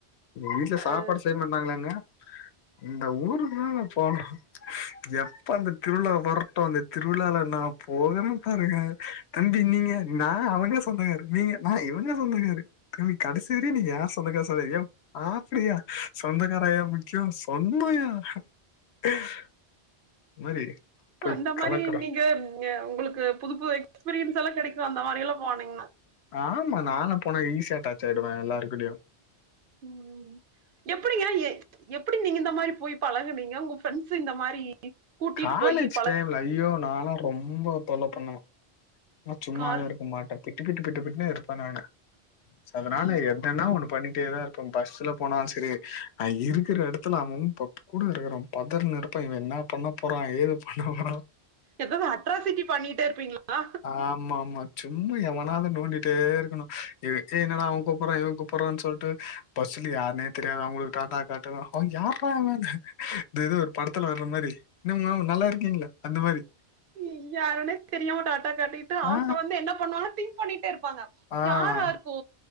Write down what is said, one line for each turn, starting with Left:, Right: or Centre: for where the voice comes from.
Left: வீட்டுல சாப்பாடு
Right: அ
Left: செய்ய மாட்டாங்களாங்க இந்த ஊருக்குதா போனோ எப்ப அந்த திருவிழா வரட்டு அந்த திருவிழால நா போகன்னு பாருங்க தம்பி நீங்க நா அவங்க சொந்தக்காரு நீங்க நா இவங்க சொந்தக்காரு தம்பி கடைசி வரியு நீ யா சொந்தக்கா சொல்லயே ஆப்டியா சொந்தக்காராயா முக்கியோ சொன்னயா <inaudible> மாரி போய்
Right: அந்த மாரி
Left: கலக்குறோ
Right: நீங்க உங்களுக்கு புது புது எக்ஸ்பீரியன்ஸ் எல்லா கெடைக்கு அந்த மாரி எல்லா போனீங்கன்னா
Left: ஆமா நானா போனா ஈஸியா அட்டாச் ஆயிடுவே எல்லாருக்கூடயு
Right: ம் ம் எப்படிங்க எ எப்டி நீங்க இந்த மாரி போய் பழகுனீங்க உங்க ப்ரெண்ட்ஸ் இந்த மாரி கூட்டிட்டு
Left: காலேஜ்
Right: போய் பழக்
Left: டைம்ல ஐயோ நாளா ரொம்ப தொல்ல பண்ணுவே ந சும்மாவே
Right: கால்
Left: இருக்க மாட்ட பிட்டுக்கிட்டு பட்டு பிட்டுனே இருப்பே நானு சோ அதனால
Right: ம்.
Left: எதனா ஒண்ணு பண்ணிட்டேதா இருக்கு இப்பம் பஸ்ல போனாலு சரி நா இருக்கிற எடத்துல அவும் பப் கூட இருக்கிறவ பதர்னு இருப்பாய்ங்க இவ என்ன பண்ண போறா ஏது பண்ண போறா
Right: எதாவா அட்ராசிட்டி பண்ணிட்டே இருப்பீங்களா
Left: ஆமா ஆமா சும்மா எவனாது நோண்டிட்டே இருக்கணு ஏ என்னடா அவ கூப்புறா இவ கூப்புறான்னு சொல்லிட்டு பஸ்சுல யார்னே தெரியாது அவங்களுக்கு டாட்டா காட்டு அவ யார்றா அவ இந்த ஏதோ ஒரு படத்துல வர்ற மாரி என்ன மாம் நல்லா இருக்கீங்களா அந்த மாரி
Right: இ யாருனே தெரியாம டாட்டா காட்டி அவங்க
Left: ஆ,
Right: வந்து என்ன பண்ணுவ திங்க் பண்ணிட்டே இருப்பாங்க
Left: ஆ.
Right: யாரா இருக்கு